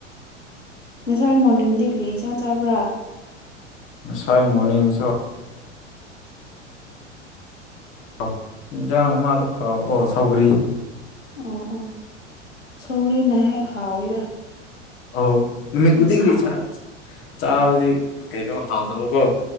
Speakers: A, on the left; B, on the left.
A: ꯉꯁꯥꯏ ꯃꯣꯔꯅꯤꯡꯗꯤ ꯀ꯭ꯔꯤ ꯏꯟꯁꯥꯡ ꯆꯥꯕ꯭ꯔꯥ
B: ꯉꯁꯥꯏ ꯃꯣꯔꯅꯤꯡ ꯁꯨ ꯑ ꯏꯟꯖꯥꯡ ꯑꯃꯗꯨ ꯀꯥꯎꯕ ꯑꯣ ꯁꯧꯒ꯭ꯔꯤ
A: ꯑꯣ ꯑꯣ ꯁꯧꯒ꯭ꯔꯤꯅ ꯍꯦꯛ ꯍꯥꯎꯋꯤꯗ
B: ꯑꯣꯥꯧ ꯅꯨꯃꯤꯠ ꯈꯨꯗꯤꯡꯒꯤ
A: ꯏꯟꯁꯥꯡ
B: ꯁꯥ ꯆꯥꯕꯗꯤ ꯀꯩꯅꯣ ꯍꯥꯎꯇꯕꯀꯣ